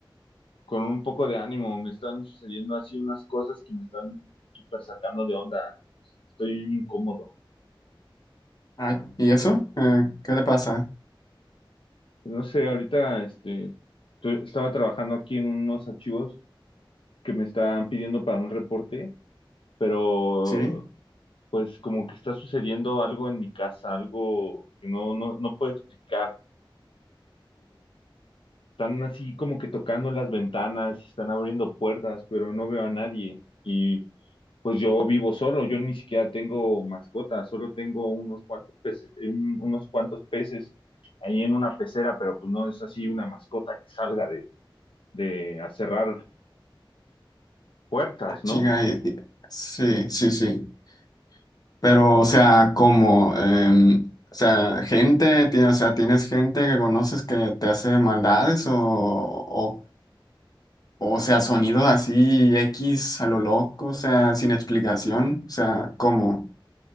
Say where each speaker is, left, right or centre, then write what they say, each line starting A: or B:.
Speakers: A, on the left; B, on the left.
A: con un poco de ánimo. Me están sucediendo así unas cosas que me están súper sacando de onda. Estoy incómodo.
B: Ay, ¿y eso? Eh, ¿qué te pasa?
A: Pues, No sé, ahorita este, tu- estaba trabajando aquí en unos archivos que me están pidiendo para un reporte, pero
B: ¿Sí?
A: pues como que está sucediendo algo en mi casa, algo que no, no, no puedo explicar. Están así como que tocando las ventanas, están abriendo puertas, pero no veo a nadie. Y pues yo vivo solo, yo ni siquiera tengo mascota, solo tengo unos cuantos peces, un- unos cuantos peces ahí en una pecera, pero pues no es así una mascota que salga de, de a cerrar puertas,
B: Ah,
A: ¿no?
B: chinga, y- y- sí, sí, sí. Pero, o sea, ¿cómo? Em, o sea, gente, tiene, o sea, ¿tienes gente que conoces que te hace maldades o, o, o sea, sonidos así X a lo loco, o sea, sin explicación? O sea, ¿cómo?